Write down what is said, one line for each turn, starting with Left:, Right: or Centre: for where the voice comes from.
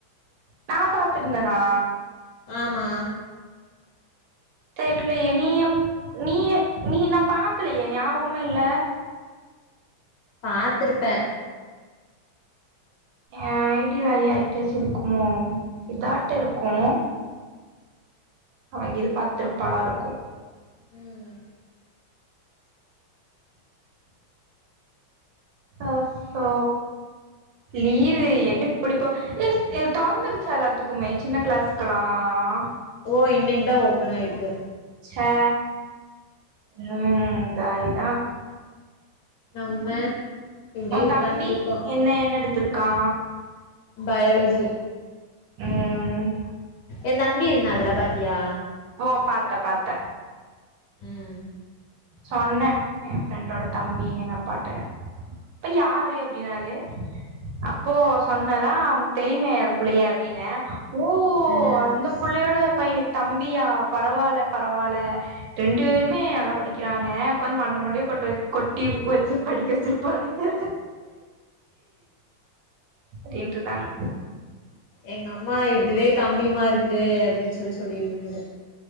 Right: நா பாத்துருந்தனா
Left: ஆமா
Right: தெர்லயே நீ எப் நீ நீ நான் பாக்கலியே ஞாபகமே இல்ல
Left: பாத்துருப்ப
Right: என் ஐ டி வேற யார்க்கிட்டயாச்சும் இருக்குமோ ரிபாட்ட இருக்கூ அவ இது பாத்திருப்பாளா இருக்கூ
Left: ம்
Right: அச்சோ லீவு என்ன இப்பிடிப் போ எ ஸ் தொறந்திருச்சா எல்லாத்துக்குமே சின்ன கிளாஸ்க்குல்லாம்
Left: ஓ இன்னக் தா ஓப்பன் ஆயிருக்கு
Right: சே ம் ஜாலி தா
Left: நம்ம இப்டியே
Right: ஒன்
Left: உக்கான்ட்ருக்கோ
Right: தம்பி என்ன என்ன எடுத்திருக்கா
Left: பயாலஜி
Right: ம்
Left: எந் தம்பி இருந்தான் அதுல பாத்தியா
Right: ஓ பாத்த பாத்த
Left: ம்
Right: சொன்னே என் ஃப்ரெண்டோட தம்பின்னு எங்க அப்பாட்ட ப்ப யாரு அப்பிடின்னாரு அப்போ சொன்னேனா உங்களுக்கு தெரியுமே அந்த பிள்ளைய அப்பிடின்னேன் ஓ
Left: ம்
Right: அந்த பிள்ளையோட பைய தம்பியா பரவால்ல பரவால்ல ரெண்டு பேருமே நல்லா படிக்கிறாங்க உக்காந்து மண்ட மண்டய கொட்ட வப் கொட்டி வெச்சு படிக்க வச்சிருப்பாளுங்க அப்பிடின்ருந்தாங்க
Left: எங்க அம்மா இதுவே கம்மி மார்க்கு அப்பிடின்னு சொல்லி சொல்லிட்டு இருந்தது